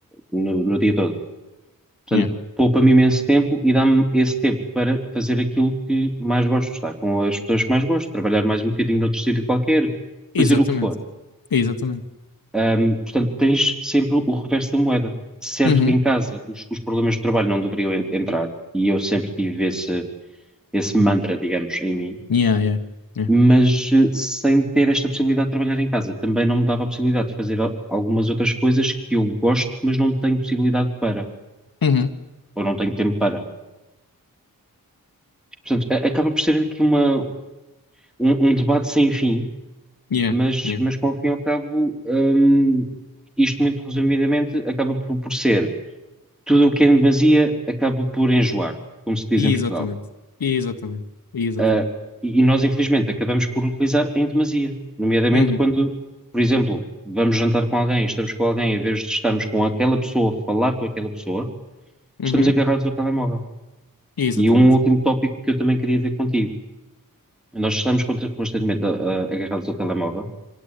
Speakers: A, in the centre; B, on the left.
A: no no dia todo. Portanto,
B: Yeah.
A: poupa-me imenso tempo e dá-me esse tempo para fazer aquilo que mais gosto, estar com as pessoas que mais gosto, trabalhar mais um bocadinho noutro sítio qualquer,
B: Exatamente.
A: fazer o que for.
B: Exatamente.
A: Ahm, portanto, tens sempre o reverso da moeda. Certo
B: Uhum.
A: que em casa os, os problemas de trabalho não deveriam en- entrar, e eu sempre tive esse, esse mantra, digamos, em mim,
B: Yeah, yeah. Yeah.
A: mas eh, sem ter esta possibilidade de trabalhar em casa, também não me dava a possibilidade de fazer al- algumas outras coisas que eu gosto, mas não tenho possibilidade para,
B: Uhum.
A: ou não tenho tempo para. Portanto, a- acaba por ser aqui uma, um, um debate sem fim,
B: Yeah,
A: mas,
B: yeah.
A: mas que ao fim e ao cabo, hum, isto muito resumidamente acaba por, por ser tudo o que é em demasia acaba por enjoar, como se diz
B: Exatamente.
A: em Portugal.
B: Exatamente. Exatamente.
A: Ah, e, e nós, infelizmente, acabamos por utilizar em demasia, nomeadamente
B: Uhum,
A: quando, por exemplo, vamos jantar com alguém, estamos com alguém, em vez de estarmos com aquela pessoa, falar com aquela pessoa,
B: uhum.
A: estamos agarrados ao telemóvel.
B: Exatamente.
A: E um último tópico que eu também queria ver contigo. Nós estamos contra- constantemente ah, ah, agarrados ao telemóvel